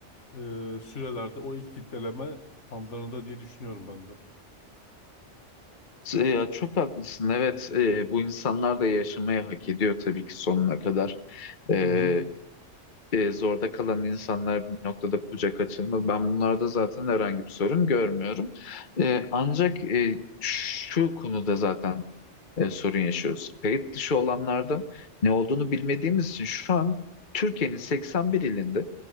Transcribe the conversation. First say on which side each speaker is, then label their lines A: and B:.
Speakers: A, on the left; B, on the left.
A: e, sürelerde, o ilk fitleleme anlarında diye düşünüyorum ben de.
B: E, Ya çok haklısın. Evet, e, bu insanlar da yaşamaya hak ediyor tabii ki sonuna kadar. E,
A: Hı hı.
B: e, zorda kalan insanlar bir noktada kucak açılmalı. Ben bunlarda zaten herhangi bir sorun görmüyorum. E, ancak e, şu konuda zaten e, sorun yaşıyoruz. Kayıt dışı olanlarda ne olduğunu bilmediğimiz için şu an Türkiye'nin 81 ilinde